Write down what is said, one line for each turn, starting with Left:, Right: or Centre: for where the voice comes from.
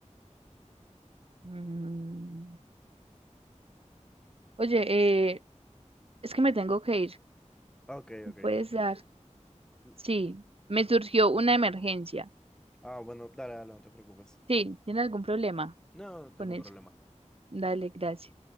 Right: Mm. Oye, eh, es que me tengo que ir.
Centre: Ok,
Right: ¿Me
Centre: ok.
Right: puedes dar?
Centre: N-
Right: Sí, me surgió una emergencia.
Centre: Ah, bueno, dale, dale, no te preocupes.
Right: Sí, ¿tiene algún problema
Centre: No, no tengo
Right: con eso?
Centre: problema.
Right: Dale, gracias.